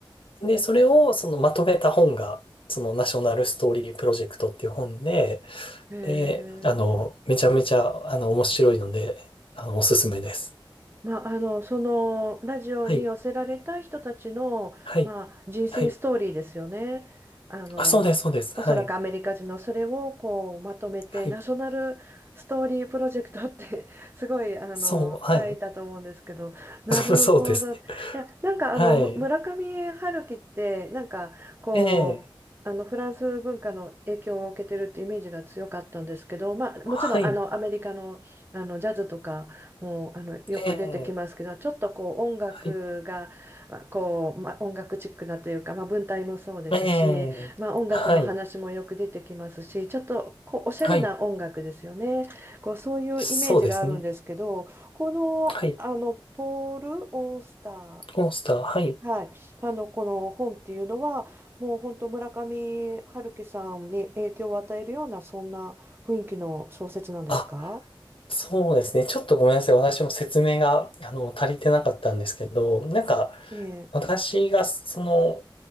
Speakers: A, on the left; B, on the right.
A: で、それをそのまとめた本が、そのナショナルストーリープロジェクトっていう本で、
B: ええ、へ
A: で、あの、
B: え
A: めちゃめちゃ、あの、面白いので、あの、おすすめです。
B: まあ、あの、そのラジオに寄せられた人たちの、
A: はい。はい。
B: まあ、人生ストーリーですよね。
A: はい。
B: あの、
A: あ、そうです、そうです。
B: おそらくアメリカ人のそれをこうまとめてナショナルストーリープロジェクトって
A: はい。はい。
B: <laughs> すごいあの題だと思うんですけど、
A: そう、はい。
B: なるほど。
A: <laughs> そうですね。
B: いや、なんかあのむ村上春樹ってなんかこうあのフランス文化の影響を受けてるってイメージが強かったんですけど、
A: はい。ええ、
B: まあ、
A: はい。
B: もちろんあのアメリカの、あのジャズとかもうあのよく出てきますけどちょっとこう音楽がまあこう、
A: ええ、はい。
B: まあ、音楽チックなというか、まあ、文体もそうですし、
A: ええ、
B: まあ、音楽の話もよく出てきますしちょっとこうおしゃれな音楽ですよねこうそういうイメージがあるんですけどこの、
A: はい。はい。そうですね。はい。
B: あのポール・オースター、
A: コースター、はい。
B: はい、あのこの本っていうのはもう本当村上春樹さんに影響を与えるようなそんな雰囲気の小説なんですか
A: あそうですね。ちょっとごめんなさい。私も説明が、あの、足りてなかったんですけど、なんか、
B: ええ
A: 私が、その、